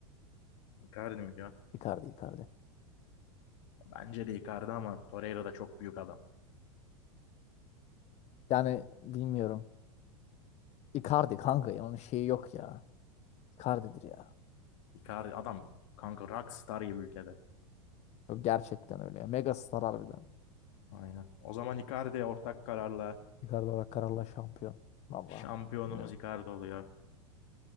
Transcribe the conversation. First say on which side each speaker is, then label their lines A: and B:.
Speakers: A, on the left (about 60°); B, on the left (about 40°).
A: Icardi mi diyorsun?
B: Icardi Icardi.
A: Bence de Icardi ama Torreira da çok büyük adam.
B: Yani bilmiyorum. Icardi kanka ya onun şeyi yok ya. Icardi'dir ya.
A: Icardi adam kanka rockstar gibi ülkede.
B: Yok, gerçekten öyle ya. Mega star harbiden.
A: Aynen. O zaman Icardi ortak kararla
B: Icardi olarak kararla şampiyon. Valla.
A: şampiyonumuz
B: Evet.
A: Icardi oluyor.